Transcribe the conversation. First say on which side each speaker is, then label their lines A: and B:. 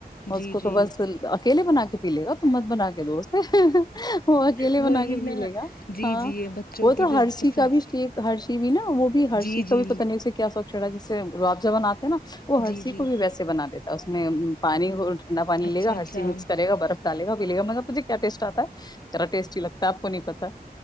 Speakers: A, on the left; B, on the left.
A: جی
B: اسکو
A: جی
B: تو بس اکیلے بنا کے پی لیگا مت بنا کے دو اس پہ وو اکیلے
A: وہی
B: بنا کے
A: نا
B: پیلیگا
A: جی
B: ہا
A: جی یہ بچوں
B: وہ
A: کی
B: تو
A: جب
B: ہرشی
A: پسند
B: کا بھی شیک ہرشی مینا وو بھی ہرشی
A: جی
B: کا
A: جی
B: بھی پتا نی اسے کیا شوک چڈھا ہے گلاب جامن اتے ہے نا وہ
A: جی
B: ہرشی
A: جی
B: کو بھی ویسے بنا دیتا ہے اسمے پانی اور ٹھنڈا پانی
A: اچھا
B: لیگا
A: اچھا
B: ہرشی مکس کرےگا برف ڈالیگا پی لیگا متلب مجھے کیا ٹیسٹ اتا ہے کرا ٹیسٹی لگ پتا